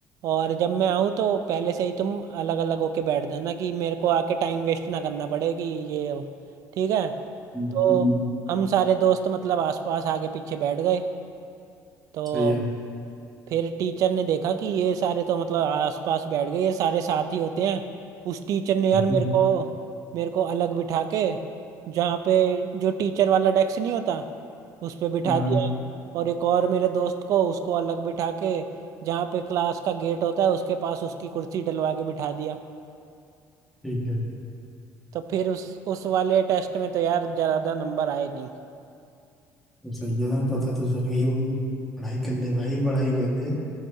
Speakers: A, on the right; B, in the centre.
A: और जब मैं आऊँ तो पहले से ही तुम अलग अलग होके बैठ जाना कि मेरे को आके टाइम वेस्ट ना करना पड़े कि ये वो। ठीक है
B: हम्म,
A: तो हम सारे दोस्त मतलब आसपास आगे पीछे बैठ गए तो
B: सही है <laughs>
A: फिर टीचर ने देखा कि ये सारे तो मतलब आसपास बैठ गए ये सारे साथ ही होते हैं उस टीचर ने यार
B: हम्म,
A: मेरे को मेरे को अलग बिठा के जहाँ पे जो टीचर वाला डेस्क नहीं होता उस पे बिठा
B: हाँ
A: दिया और एक और मेरे दोस्त को उसको अलग बिठा के जहाँ पे क्लास का गेट होता है उसके पास उसकी कुर्सी डलवा के बिठा दिया
B: ठीक है
A: तो फिर उस उस वाले टेस्ट में तो यार ज़्यादा नंबर आए नहीं
B: तो सही है ना पता तो चल गई होगी पढ़ाई कर ले भाई पढ़ाई कर ले